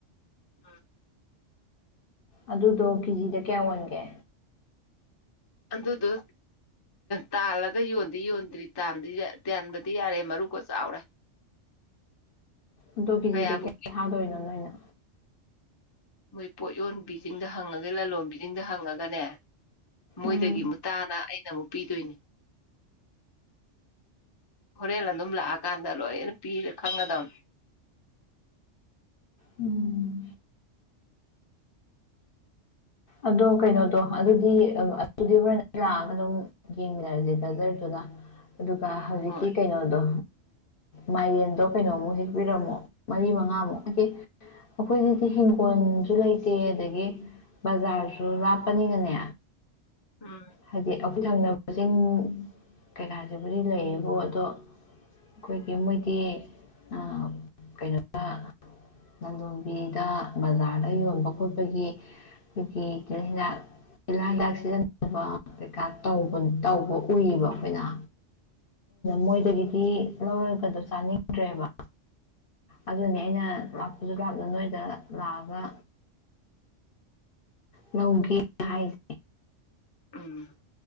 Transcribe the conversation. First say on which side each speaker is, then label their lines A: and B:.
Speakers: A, on the left; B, on the left.
A: ꯎꯝ
B: ꯑꯗꯨꯗꯣ ꯀꯦꯖꯤꯗ ꯀꯌꯥ ꯑꯣꯟꯒꯦ
A: ꯑꯗꯨꯗꯨ ꯇꯥꯜꯂꯒ ꯌꯣꯟꯗꯤ ꯌꯣꯟꯗ꯭ꯔꯤ ꯇꯥꯟꯗꯤ ꯇꯥꯟꯕꯗꯤ ꯌꯥꯔꯦ ꯃꯔꯨꯀ ꯆꯥꯎꯔꯦ
B: ꯑꯗꯣ ꯀꯤꯖꯤꯗ
A: ꯀꯌꯥꯕꯨ
B: ꯀꯌꯥ ꯊꯥꯗꯣꯏꯅꯣ ꯅꯣꯏꯅ
A: ꯃꯣꯏ ꯄꯣꯠꯌꯣꯟ ꯕꯤꯖꯤꯡꯗ ꯍꯪꯉꯒꯦ ꯂꯂꯣꯟ ꯕꯤꯖꯤꯡꯗ ꯍꯪꯉꯒꯅꯦ ꯃꯣꯏꯗꯒꯤ
B: ꯎꯝ
A: ꯃꯨꯛ ꯇꯥꯅ ꯑꯩꯅ ꯑꯃꯨꯛ ꯄꯤꯗꯣꯏꯅꯤ ꯍꯣꯔꯦꯟ ꯑꯗꯨꯝ ꯂꯥꯛꯑꯀꯥꯟꯗ ꯂꯣꯏꯅ ꯄꯤꯔ ꯈꯪꯒꯗꯧꯅꯤ
B: ꯎꯝ ꯑꯗꯣ ꯀꯩꯅꯣꯗꯣ ꯑꯗꯨꯗꯤ ꯑꯗꯨꯗꯤ ꯍꯣꯔꯦꯟ ꯂꯥꯛꯑꯒ ꯑꯗꯨꯝ ꯌꯦꯡꯃꯤꯔꯁꯦ ꯒꯖꯔꯗꯨ ꯑꯗꯨꯒ ꯍꯧꯖꯤꯛꯀꯤ
A: ꯍꯣꯏ
B: ꯀꯩꯅꯣꯗꯣ ꯃꯥꯏꯔꯦꯟꯗꯣ ꯀꯩꯅꯣꯃꯨꯛ ꯍꯦꯛꯄꯤꯔꯝꯃꯣ ꯃꯔꯤ ꯃꯉꯥꯃꯨꯛ ꯍꯥꯏ ꯑꯩꯈꯣꯏꯗꯗꯤ ꯍꯤꯡꯈꯣꯜꯁꯨ ꯂꯩꯇꯦ ꯑꯗꯒꯤ ꯕꯖꯥꯔꯁꯨ ꯂꯥꯞꯄꯅꯤꯅꯅꯦ
A: ꯎꯝ
B: ꯍꯥꯏꯗꯤ ꯊꯪꯅꯕꯁꯤꯡ ꯀꯩꯀꯥꯁꯤꯕꯨꯗꯤ ꯂꯩꯌꯦꯕꯣ ꯑꯗꯣ ꯑꯩꯈꯣꯏꯒꯤ ꯃꯣꯏꯗꯤ ꯑꯥ ꯀꯩꯅꯣꯗ ꯂꯈꯂꯣꯟꯕꯤꯗ ꯕꯖꯥꯔꯗ ꯌꯣꯟꯕ ꯈꯣꯠꯄꯒꯤ ꯑꯩꯈꯣꯏꯒꯤ ꯍꯤꯗꯥꯛ ꯂꯥꯛ ꯂꯥꯛ ꯁꯤꯖꯤꯟꯅꯕ ꯀꯩꯀꯥ ꯇꯧꯕ ꯎꯏꯌꯦꯕ ꯑꯩꯈꯣꯏꯅ ꯃꯣꯏꯗꯒꯤꯗꯤ ꯂꯧꯔꯒꯗꯣ ꯆꯥꯅꯤꯡꯗ꯭ꯔꯦꯕ ꯑꯗꯨꯅꯤ ꯑꯩꯅ ꯂꯥꯛꯄꯁꯨ ꯂꯥꯞꯅ ꯅꯣꯏꯗ ꯂꯥꯛꯑꯒ ꯂꯧꯒꯦ ꯍꯥꯏꯁꯦ
A: ꯎꯝ